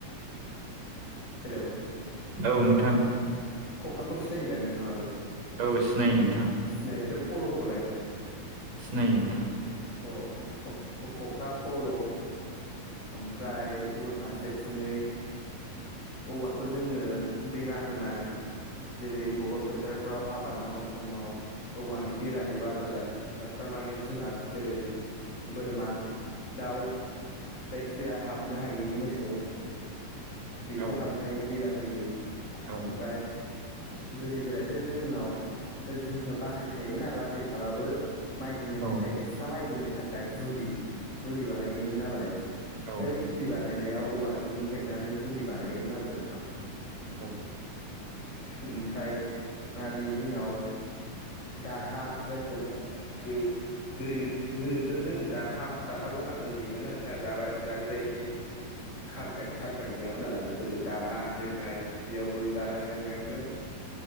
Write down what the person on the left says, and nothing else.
हेलौ।
खखाखौ सिनायो दा नोंथाङाबो?
सिनायो ओमफ्राय फल'खौलाय?
अ फु खका, फल', ओमफ्राय गुबुन फारसेथिङै औवाखौ जोङो बेरा होनाय जेरै अबेबा फोथारफ्राव आबाद मावनाय समाव औवानि बेरा हेबा दालाय बा थारमाने जुनाद जेरै बोरमा दाउ जायखिजाया हाबनो हायिनि मोसौ बेफोर
हाबनो हायैनि बेरा होयो
ओमफ्राय गोदो गोदायथो जोंनाव जोंनाव बाख्रि थायोमोन आरो बाख्रि थाबाबो माइ दोननो
थाखाय एक्सट्रा माइ दोननो थाखाय दुलि दुलि बानायोमोन नालाय
बै दुलि बानायनाया औवाजों हेबनानै दुलि बानायोमोन आरो नोंथां।
ओमफ्राय आर बिनि उनाव दारहा जायखौ बुङो <unintelligible> गोदो गोदोथ' जों दारहा दारहा बावनानै उन्दुयोमोन ना नोंथां दा-दानि बायदि कारफेट सारफेट गैयामोन नालाय गोदो दारहा हेबनाय बेयावबो दारा बेयावनो